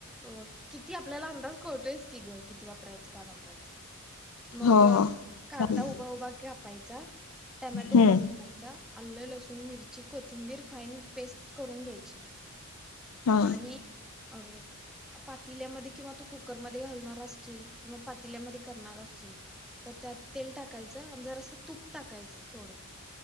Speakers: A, in the centre; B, on the left.
A: अ किती आपल्याला अंदाज कळतोयस की गं किती वापरायचं काय वाप परायचा मगं
B: हो हो चालेल.
A: कांदा उभा-उभा कापायचा टामॅटो
B: हम्म
A: उभा कापायचा आल्लं, लसूण, मिरची, कोथिंबीर फाईन पेस्ट करून घ्यायची.
B: हा
A: आणि अ पातील्यामध्ये किंवा तो कुकरमध्ये घालणार असतील किंवा पातील्यामध्ये करणार असतील तर त्यात तेल टाकायचं आणि जर सा तूप टाकायचं थोडं